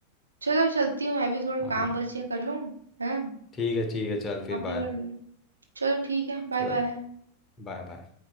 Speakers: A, on the right; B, on the left.
A: चलो चलती हूँ मैं भी थोड़े
B: हाँ
A: काम बचे हैं, कर लूँ है
B: ठीक है ठीक है चल फिर
A: आप भी
B: बाय
A: कर लूँ चलो ठीक है बाय
B: चल
A: बाय
B: बाय बाय